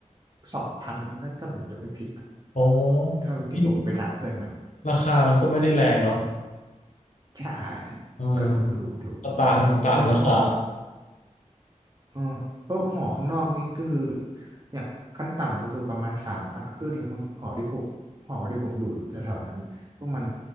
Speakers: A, on the right (about 30°); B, on the left (about 70°).
A: สองพันถ้าถ้าผมจะไม่ผิดนะ
B: อ๋อ
A: เท่าที่ผมเคยถามเพื่อนมัน
B: จริงราคามันก็ไม่ได้แรงเนาะ
A: ใช่
B: เออ
A: ก็ถูกถูกอยู่
B: ก็ตามตามราคา
A: เพราะหอ เออพวกหอข้างนอกนี่ก็คืออย่างขั้นต่ำก็คือประมาณสามพันขึ้นแล้วมันหอที่ผมหอที่ผมอยู่แถวๆนั้นก็มัน